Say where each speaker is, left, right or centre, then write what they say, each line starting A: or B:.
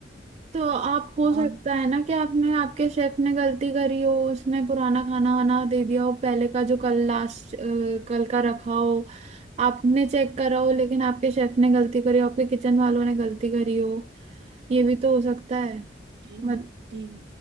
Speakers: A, on the right; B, on the right.
A: तो आप हो
B: है
A: सकता है ना कि आपने आपके शेफ ने गलती करी हो उसने पुराना खाना वाना दे दिया हो पहले का जो कल लास्ट कल का रखा हो आपने चेक करा हो लेकिन आपके शेफ ने गलती करी हो आपके किचन वालों ने गलती करी हो ये भी तो हो सकता है
B: जी
A: मत
B: जी।